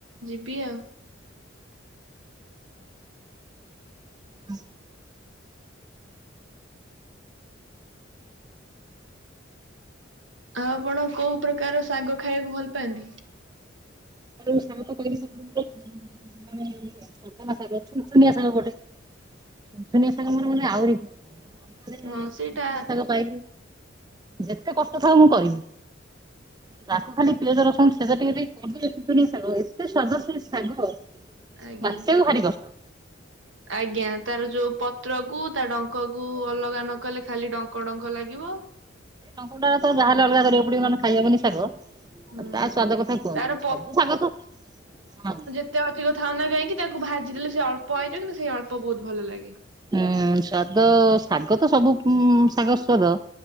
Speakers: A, on the right (about 75°); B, on the right (about 20°).
A: ଯିବି ଆଉ
B: ହଁ
A: ଆଉ ଆପଣ କୋଉ ପ୍ରକାର ସାଗ ଖାଇବାକୁ ଭଲ୍ ପାନ୍ତି
B: ତାର ସାଙ୍ଗ କହିଲି ସପନରେ <inaudible> ତାର ଛୁନ୍ଛୁନିଆ ସାଗ ଗୋଟେ ଶୁନସୁନିଆ ଶାଗ ରେ ଆହୁରି ଶୁନ୍ ଶୁନିଆ
A: ହଁ ସେଇଟା
B: ଶାଗ ପାଇ, ଯେତେ କଷ୍ଟ ଥାଉ ମୁଁ କରିବି ତାକୁ ଖାଲି ପିଆଜ, ରସଣ, ତେଲ ଦେଇ ଟିକେ କରିଦେଲେ ଶୁନି ଶାଗ ଏତେ ସ୍ୱାଦ ସେ ସାଗ,
A: ଆଜ୍ଞା।
B: ବାଛିବାକୁ ଭାରି କଷ୍ଟ
A: ଆଜ୍ଞା, ତାର ଯୋଉ ପତ୍ର କୁ ତା ଡଙ୍କ କୁ ଅଲଗା ନ କଲେ ଖାଲି ଡଙ୍କ ଡଙ୍କ ଲାଗିବ
B: ଲଙ୍କୁଣ୍ଡା ଟା ତ ଯାହା ର ଅଲଗା କରିବାକୁ ପଡିବ ନହେଲେ ଖାଇ ହବନି ଶାଗ
A: ହୁଁ
B: ଆ ତା ସ୍ଵାଦ କଥା କୁହନ୍ତି
A: ତାର
B: ନି ସବୁ ଶାଗ ତ, ହଁ
A: ତେ ଅଧିକ ଥାଉ ନା କାହିଁକି ତାକୁ ଭାଜି ଦେଲେ ସେ ଅଳ୍ପ ହେଇଯିବ କିନ୍ତୁ ସେଇ ଅଳ୍ପ ବହୁତ ଭଲ ଲାଗେ
B: ହୁଁ! ସ୍ଵାଦ ଶାଗ ତ ସବୁ ଉଁ ଶାଗ ସ୍ୱାଦ